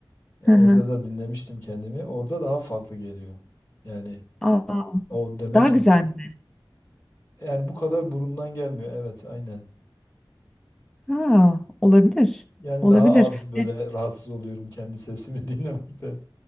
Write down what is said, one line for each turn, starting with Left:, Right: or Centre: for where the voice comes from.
Left: E,
Centre: Hı
Left: orada
Centre: hı.
Left: da dinlemiştim kendimi. Orada daha farklı geliyor. Yani
Centre: Aa,
Left: o demek
Centre: daha
Left: ki
Centre: güzel mi?
Left: yani bu kadar burundan gelmiyor. Evet, aynen.
Centre: Ha, olabilir.
Left: Yani
Centre: Olabilir.
Left: daha az böyle
Centre: E,
Left: rahatsız oluyorum kendi sesimi <laughs> dinlemekten.